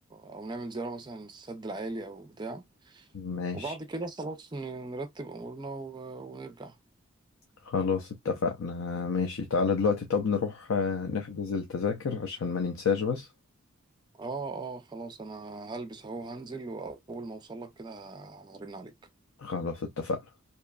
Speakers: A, on the right; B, on the left.
A: أو نعمل زيارة مثلا للسد العالي أو بتاع
B: ماشي
A: وبعد كده خلاص ن- نرتب امورنا و- ونرجع
B: خلاص اتفقنا ماشي تعالى دلوقتي طب نروح آه، نحجز التذاكر عشان ما ننساش بس
A: اه اه خلاص انا هلبس اهو هنزل واول ما اوصل لك كده هرن عليك
B: خلاص اتفقنا